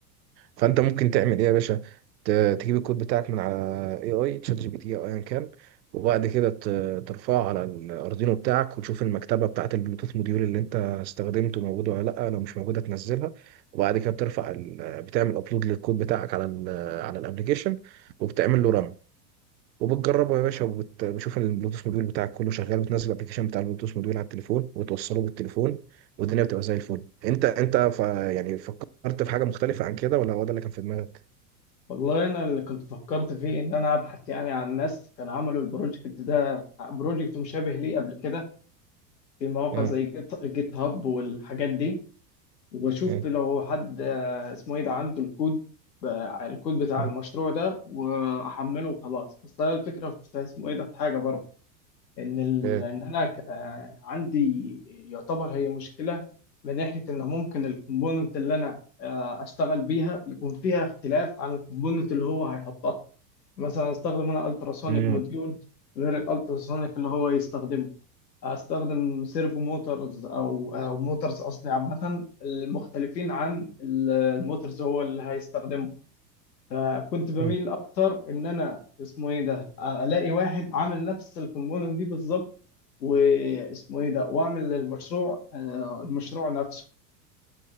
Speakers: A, on the right; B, on the left.
A: فانت ممكن تعمل ايه يا باشا ت- تجيب الكود بتاعك من على اي اي شات جي بي تي او ايا كان وبعد كده ت- ترفعه على الاردينو بتاعك وتشوف المكتبه بتاعه البلوتوث موديول اللي انت استخدمته موجوده ولا لا لو مش موجوده تنزلها وبعد كده بترفع ال- بتعمل ابلود للكود بتاعك على ال على الابلكيشن وبتعمل له رن وبتجربه يا باشا وبشوف البلوتوث موديول بتاعك كله شغال بتنزل الابلكيشن بتاع البلوتوث موديول على التليفون وتوصله بالتليفون والدنيا بتبقى زي الفل انت انت ف... يعني فكرت في حاجه مختلفه عن كده ولا هو ده اللي كان في دماغك؟
B: والله انا اللي كنت فكرت فيه ان انا ابحث يعني عن ناس كانوا عملوا البروجكت ده بروجكت مشابه ليه قبل كده في مواقع
A: مم.
B: زي جيت, جيت هاب والحاجات دي واشوف
A: مم.
B: لو حد آه، اسمه ايه ده عنده الكود ب- الكود بتاع
A: مم.
B: المشروع ده واحمله وخلاص بس انا الفكره في اسمه ايه ده في حاجه برضه ان ال...
A: إيه.
B: ان انا ك- آه، عندي يعتبر هي مشكله من ناحيه ان ممكن الكومبوننت اللي انا آه، اشتغل بيها يكون فيها اختلاف عن الكومبوننت اللي هو هيحطها مثلا استخدم انا التراسونيك
A: مم.
B: موديول غير الالتراسونيك اللي هو يستخدمه استخدم سيرفو موتورز او او موتورز قصدي عامه المختلفين عن ال- الموتورز هو اللي هيستخدمه فكنت بميل
A: مم.
B: اكتر ان انا اسمه ايه ده الاقي واحد عامل نفس الكومبوننت دي بالظبط واسمه ايه ده واعمل المشروع آه، المشروع نفسه